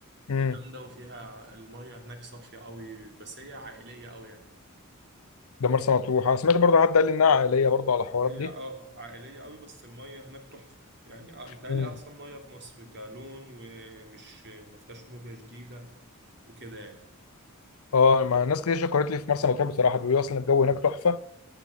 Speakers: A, on the left; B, on the right.
A: امم
B: جامده وفيها الميه هناك صافيه قوي بس هي عائليه قوي يعني
A: ده مرسى مطروح انا سمعت برضه حد قال لي انها عائليه برضه على الحوارات
B: هي
A: دي
B: اه عائليه قوي بس الميه هناك تحفه يعني آه، متهيألي
A: مم.
B: احسن ميه في مصر كلون ومش ما فيهاش موجه جديده وكده يعني
A: اه ما ناس كتير شكرت لي في مرسى مطروح بصراحه بيقولوا اصلا الجو هناك تحفه